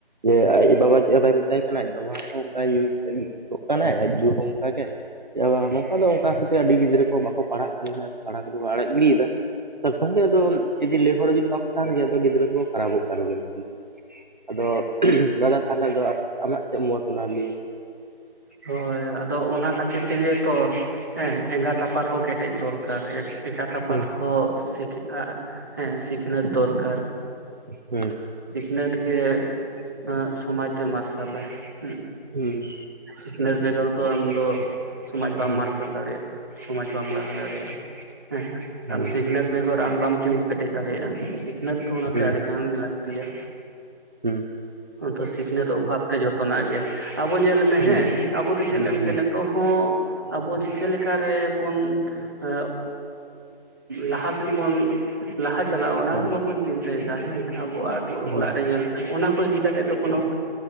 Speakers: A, on the right (about 45°); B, on the right (about 20°).
A: ᱡᱮ ᱟᱡ ᱵᱟᱵᱟ ᱪᱮᱫ ᱦᱚᱸ ᱵᱟᱭ ᱢᱮᱛᱟᱭᱟ ᱠᱟᱱᱟ ᱟᱡ ᱵᱟᱵᱟ ᱦᱚᱸ ᱚᱱᱠᱟᱜ ᱧᱩ ᱠᱟᱛᱮᱭ ᱜᱤᱛᱤᱡ ᱠᱚᱜ ᱠᱟᱱᱟᱭ ᱟᱡᱭᱩ ᱦᱚᱸ ᱚᱱᱠᱟᱜ ᱜᱮ ᱪᱮᱫ ᱦᱚᱸ ᱵᱟᱝ ᱱᱚᱝᱠᱟ ᱫᱚ ᱚᱱᱠᱟ ᱠᱟᱛᱮᱜ ᱟᱹᱰᱤ ᱜᱤᱫᱽᱨᱟᱹ ᱠᱚ ᱵᱟᱠᱚ ᱯᱟᱲᱦᱟᱜ ᱠᱟᱱ ᱜᱮᱭᱟ ᱯᱟᱲᱦᱟᱣ ᱠᱚᱫᱚ ᱠᱚ ᱟᱲᱟᱜ ᱜᱤᱰᱤᱭᱮᱫᱟ᱾ ᱥᱟᱨ ᱥᱚᱝᱜᱮ ᱟᱫᱚ ᱡᱩᱫᱤ ᱞᱮ ᱦᱚᱲ ᱡᱩᱫᱤ ᱵᱟᱠᱚ ᱛᱟᱦᱮᱱ ᱜᱮᱭᱟ ᱟᱫᱚ ᱜᱤᱫᱽᱨᱟᱹ ᱠᱚᱠᱚ ᱠᱷᱟᱨᱟᱯᱚᱜ ᱠᱟᱱ ᱜᱮᱭᱟ ᱫᱚ, ᱟᱫᱚ ᱫᱟᱫᱟ ᱛᱟᱦᱚᱞᱮ ᱫᱚ ᱟᱢᱟᱜ ᱪᱮᱫ ᱢᱚᱸᱡᱽ ᱚᱱᱟᱤᱭ,
B: ᱦᱳᱭ ᱟᱫᱚ ᱚᱱᱟ ᱠᱷᱟᱹᱛᱤᱨ ᱛᱮᱜᱮ ᱛᱚ, ᱦᱮᱸ ᱮᱸᱜᱟᱛ ᱟᱯᱟᱛ ᱦᱚᱸ ᱠᱮᱴᱮᱡ ᱫᱚᱨᱠᱟᱨ ᱮᱸᱜᱟᱛ ᱟᱯᱟᱛ
A: ᱢᱮ
B: ᱦᱚᱸ ᱥᱤᱠᱷ, -ᱟ ᱦᱮᱸ ᱥᱤᱠᱷᱱᱟᱹᱛ ᱫᱚᱨᱠᱟᱨ
A: ᱦᱩᱸ ᱦᱩᱸ
B: ᱥᱤᱠᱷᱱᱟᱹᱛ ᱜᱮ ᱮ ᱥᱚᱢᱟᱡ ᱫᱚ ᱢᱟᱨᱥᱟᱞᱟᱭ ᱦᱮᱸ᱾
A: ᱦᱩᱸ
B: ᱥᱤᱠᱷᱱᱟᱹᱛ ᱵᱮᱜᱚᱨ ᱫᱚ ᱟᱢᱫᱚ ᱥᱚᱢᱟᱡ ᱵᱟᱢ
A: ᱦᱩᱸ
B: ᱢᱟᱨᱥᱟᱞ ᱫᱟᱲᱮᱭᱟᱜ-ᱟ᱾ ᱥᱚᱢᱟᱡ ᱵᱟᱢ ᱞᱟᱦᱟ ᱫᱟᱲᱮᱭᱟᱜ-ᱟ᱾ ᱦᱮᱸ
A: ᱦᱩᱸ
B: ᱟᱢ ᱥᱤᱠᱷᱱᱟᱹᱛ ᱵᱮᱜᱚᱨ ᱟᱢ ᱵᱟᱢ ᱛᱤᱸᱜᱩ ᱠᱮᱴᱮᱡ ᱫᱟᱲᱮᱭᱟᱜᱼᱟ᱾ ᱥᱤᱠᱷᱱᱟᱹᱛ ᱫᱚ ᱚᱱᱟᱛᱮ
A: ᱦᱩᱸ
B: ᱟᱹᱰᱤ ᱜᱟᱱ ᱜᱮ ᱞᱟᱹᱠᱛᱤᱭᱟ᱾
A: ᱦᱩᱸ
B: ᱟᱫᱚ ᱥᱤᱠᱷᱱᱟᱹᱛ ᱚᱵᱷᱟᱵ ᱛᱮ ᱡᱷᱚᱛᱚᱱᱟᱜ ᱜᱮ ᱟᱵᱚ ᱧᱮᱞᱢᱮ
A: ᱦᱩᱸ
B: ᱦᱮᱸ ᱟᱵᱚ ᱪᱮᱫ
A: ᱦᱩᱸ
B: ᱞᱮᱢᱮᱥᱮ
A: ᱦᱩᱸ
B: ᱚᱠᱛᱚ ᱦᱚᱸ ᱟᱵᱚ ᱪᱤᱠᱟᱹ ᱞᱮᱠᱟ ᱨᱮᱵᱚᱱ ᱮ ᱞᱟᱦᱟ ᱥᱮᱱᱵᱚᱱ ᱞᱟᱦᱟ ᱪᱟᱞᱟᱜ-ᱟ ᱚᱱᱟ
A: ᱦᱮᱸ
B: ᱫᱚ ᱵᱟᱵᱚᱱ ᱪᱤᱱᱛᱟᱹᱭᱮᱫᱟ ᱦᱮ, ᱸ ᱟᱵᱚᱣᱟᱜ ᱟᱹᱛᱩ
A: ᱦᱩᱸ
B: ᱚᱲᱟᱜ ᱨᱮ ᱧᱮᱞ ᱚᱱᱟ ᱡᱩᱫᱤ ᱤᱫᱤ ᱠᱟᱛᱮ ᱫᱚ ᱠᱳᱱᱚ